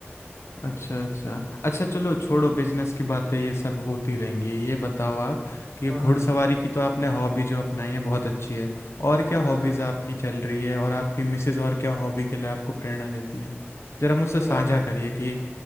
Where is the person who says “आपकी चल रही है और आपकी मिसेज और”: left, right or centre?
Left